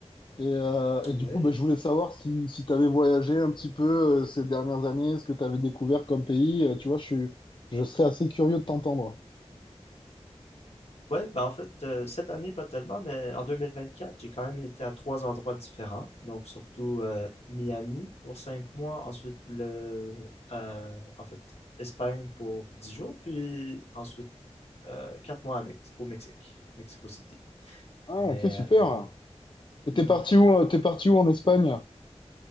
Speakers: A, on the left (about 45°); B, on the left (about 65°).
A: Et, euh, et
B: Ouais.
A: du coup, bah, je voulais savoir si, si tu avais voyagé un petit peu euh, ces dernières années, ce que tu avais découvert comme pays. Euh, tu vois, je suis, je serais assez curieux de t'entendre.
B: Ouais, ben en fait, euh, cette année, pas tellement, mais en 2024 j'ai quand même été à trois endroits différents. Donc, surtout euh, Miami pour cinq mois, ensuite le, euh, en fait, Espagne pour dix jours, puis ensuite euh, quatre mois à Mex- au Mexique, Mexico City.
A: Ah,
B: Mais,
A: ok,
B: euh,
A: super.
B: mais bon.
A: Et
B: Mhm,
A: t'es parti
B: mhm.
A: où? euh, T'es parti où en Espagne?